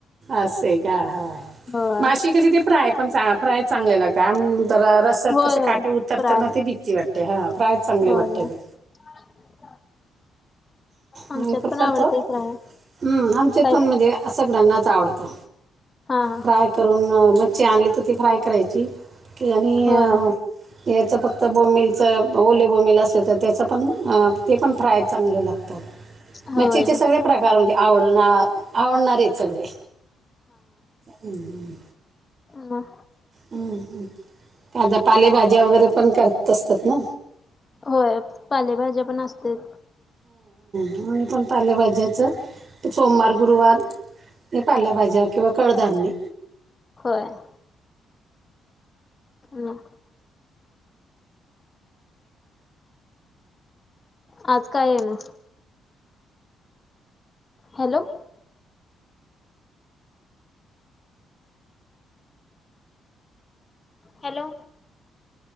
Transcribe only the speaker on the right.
असय का हा,
मासे कधी ते फ्राय पण फ्राय चांगले लागतात, आम जरा रस
तस
काटे उतरताना
ती भीती वाटते हा, प्राय चांगली
वाटते ती.
हम्म करत.
हम्म आमच्या
फोन
मध्ये. असं सगळ्यांनाच आवडतो.
फ्राय करून मच्छी आणली तर ती फ्राय करायची. कि आणि
याच फक्त बोंबिलच, ओले बोंबिल असल तर त्याच पण ते पण फ्राय चांगले लागतात.
मच्छीचे सगळे प्रकार म्हणजे आवडणात आवडणारेच सगळे. हम्म, हम
ह, ह ताज्या पालेभाज्या वगैरे पण करत असतात ना.
मी पण पालेभाज्याचं सोमवार, गुरुवार मी पालेभाज्या किंवा कडधान्य